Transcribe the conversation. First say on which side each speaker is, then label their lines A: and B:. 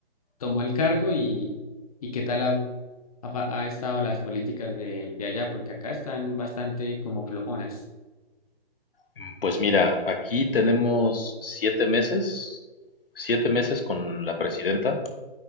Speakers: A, on the left; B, on the left.
A: tomó el cargo y, y qué tal ha, ha- ha estado las políticas de, de allá, porque acá están bastante como flojonas.
B: mm, pues mira, aquí tenemos siete meses, siete meses con la presidenta,